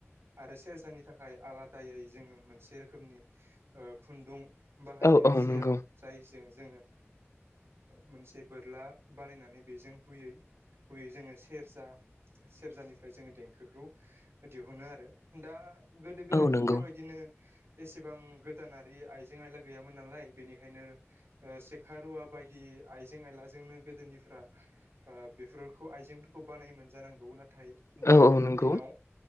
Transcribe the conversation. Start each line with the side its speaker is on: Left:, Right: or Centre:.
Right: आरो सेरजानि थाखाय आलादायै जोङो मोनसे रोखोमनि ओ खुन्दुं बाहायो
Left: औ औ
Right: सेराव
Left: नंगौ
Right: जाय जों जों जोङो मोनसे बोरला बानायनानै बेजों हुयै हुयै जोंङो सेरजा सेरजानिफ्राय जोङो देंखोखौ दिहुनो आरो दा गोदो गोदायथ'
Left: औ नंगौ
Right: बेबायदिनो एसेबां गोदानारि आइजें आयला गैयामोन नालाय बेनिखायनो ओ सेखा रुवा बायदि आइजें आइलाजोंनो गोदोनिफोरा ओ बेफोरखौ आइजें खौ बानाय मोनजानांगौ नाथाय दानि
Left: औ औ नंगौ
Right: दिनाव